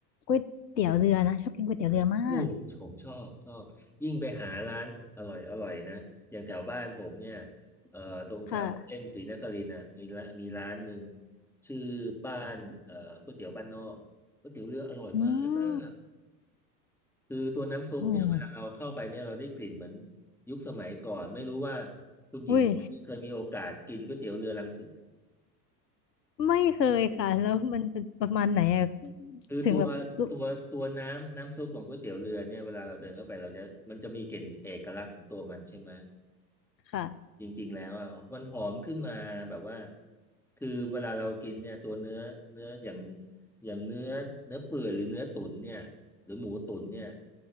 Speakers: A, on the left; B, in the centre.
A: ก๋วยเตี๋ยวเรือนะชอบกินก๋วยเตี๋ยวเรือมาก
B: โอ้ผมชอบชอบยิ่งไปหาร้านอร่อยอร่อยนะอย่างแถวบ้านผมเนี่ยเอ่อตรงแถวเส้นศรีนครินทร์น่ะมีละมีร้านหนึ่ง
A: ค่ะ
B: ชื่อบ้านเอ่อก๋วยเตี๋ยวบ้านนอกก๋วยเตี๋ยวเรืออร่อยมา
A: อืม
B: ก คือตัวน้ำซุปเนี่ยเวลาเราเข้าไปเนี่ยเราได้กลิ่นเหมือน
A: โอ้
B: ยุคสมัยก่อนไม่รู้ว่าคุณหญิงเคยมีโอกาสกินก๋วยเตี๋ยวเรือรังสิต
A: อุ้ยไม่เคยค่ะแล้วมันเป็นประมาณไหนอะ
B: คือตัวตัวตัวน้ำน้ำซุปของก๋วยเตี๋ยวเรือเนี่ยเวลาเราเดินเข้าไปเราจะมันจะมีกลิ่นเอกลักษณ์ของตัวมันใช่ไหม
A: ถึงแบบลุกค่ะ
B: จริงๆแล้วอ่ะมันหอมขึ้นมาแบบว่าคือเวลาเรากินเนี่ยตัวเนื้อเนื้ออย่างอย่างเนื้อเนื้อเปื่อยหรือเนื้อตุ๋นเนี่ยหรือหมูตุ๋นเนี่ย